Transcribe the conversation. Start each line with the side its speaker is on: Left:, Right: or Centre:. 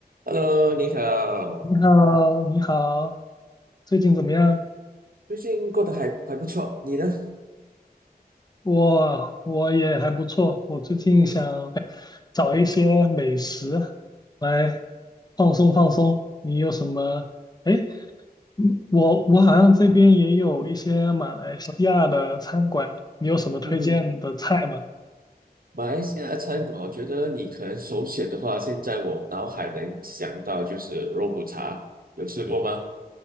Right: Hello，你好，
Left: 你好，你好，最近怎么样？
Right: 最近过得还还不错，你呢？
Left: 我我也还不错，我最近想
Right: 嗯
Left: 找一些美食来放松放松。你有什么？哎，嗯我我好像这边也有一些马来西亚的餐馆，你有什么推荐的菜吗？
Right: 嗯，马来西亚的餐馆，我觉得你可能首选的话，现在我脑海能想到就是肉骨茶，有吃过吗？